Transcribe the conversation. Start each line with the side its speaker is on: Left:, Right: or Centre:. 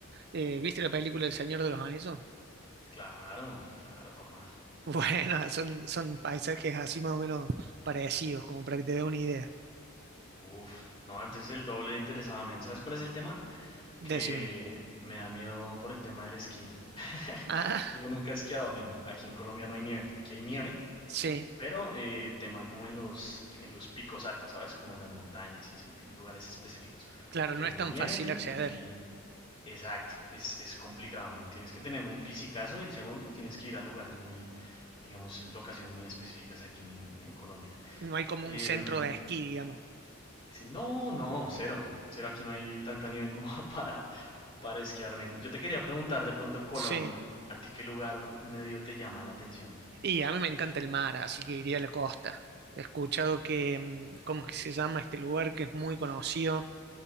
Right: eh, ¿viste la película El Señor de los Anillos?
Left: claro, claro, papá.
Right: Bueno, son, son paisajes así más o menos parecidos, como para que te dé una idea.
Left: Uf, no, entonces el doble de interesado, men. ¿Sabes cuál es el tema? Que
Right: Decime.
Left: me da miedo por el tema del esquí. <laughs>
Right: Ah,
Left: Yo nunca he esquiado, men. Aquí en Colombia no hay nieve. Aquí hay nieve,
Right: sí,
Left: pero eh, tema como en los, en los picos altos, ¿sabes? Como en las montañas y así, y lugares específicos.
Right: claro,
Left: Pero
Right: no es tan
Left: nieve,
Right: fácil
Left: men,
Right: acceder.
Left: aquí. Exacto, es, es complicado, men. Tienes que tener un fisicazo y segundo, tienes que ir a lugares muy, digamos, locaciones muy específicas aquí en, en Colombia.
Right: No hay como
Left: Em,
Right: un centro de esquí, digamos.
Left: sí, no, no, cero, cero, aquí no hay tanta nieve como <laughs> para, para esquiar, men. Yo te quería preguntar de pronto, Colombia,
Right: Sí,
Left: ¿a ti qué lugar medio te llama la atención?
Right: y a mí me encanta el mar, así que iría a la costa. He escuchado que, mm, ¿cómo es que se llama este lugar que es muy conocido,